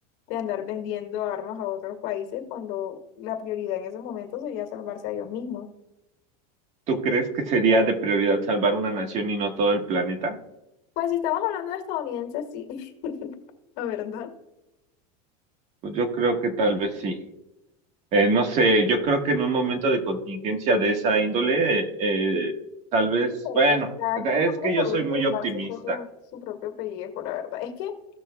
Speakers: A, on the left (about 50°); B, on the right (about 35°).
A: de andar vendiendo armas a otros países cuando la prioridad en ese momento sería salvarse a ellos mismos.
B: ¿tú crees que sería de prioridad salvar una nación y no todo el planeta?
A: Pues si estamos hablando de estadounidenses, sí, <laughs> la verdad.
B: Pues yo creo que tal vez sí. Eh, no sé, yo creo que en un momento de contingencia de esa índole, eh, eh, tal vez, bueno,
A: está
B: es
A: quien va a
B: que
A: preferir
B: yo soy muy
A: salvar
B: optimista.
A: su propio, su propio pellejo, la verdad. Es que